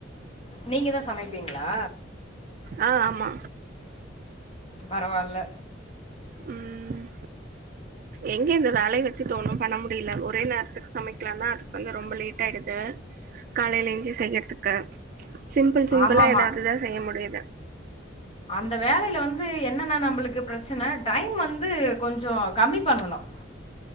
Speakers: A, on the left; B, on the right.
A: நீங்க தான் சமைப்பீங்களா
B: ஆ ஆமா
A: பரவாயில்ல
B: உம் எங்க இந்த வேலைய வச்சுட்டு ஒண்ணும் பண்ண முடியல ஒரே நேரத்துக்கு சமைக்கலாம்னா அதுக்கு வந்து ரொம்ப லேட் ஆயிடுது காலையில எஞ்சி செய்யறதுக்கு சிம்பிள் சிம்பிளா
A: ஆமாமா.
B: ஏதாவதுதான் செய்ய முடியுது
A: அந்த வேலையில வந்து என்னன்னா நம்மளுக்கு பிரச்சனை டைம் வந்து கொஞ்சம் கம்மி பண்ணணும்